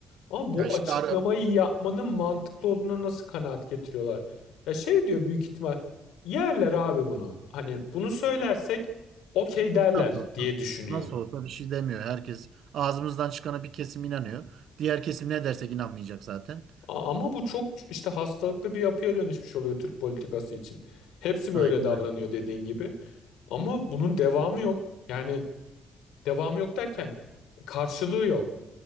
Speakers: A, on the left (about 85°); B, on the right (about 70°).
A: Ama bu
B: Ya işte
A: açıklamayı
B: ara,
A: yapmanın mantıklı olduğuna nasıl kanaat getiriyorlar? Ya şey diyor büyük ihtimal yerler abi bunu. Hani bunu söylersek okey derler
B: nasıl olsa,
A: diye düşünüyor.
B: nasıl olsa bir şey demiyor. Herkes ağzımızdan çıkana bir kesim inanıyor. Diğer kesim ne dersek inanmayacak zaten.
A: A- Ama bu çok işte hastalıklı bir yapıya dönüşmüş oluyor Türk politikası için. Hepsi
B: Aynen
A: böyle davranıyor
B: öyle.
A: dediğin gibi. Ama bunun devamı yok. Yani devamı yok derken karşılığı yok.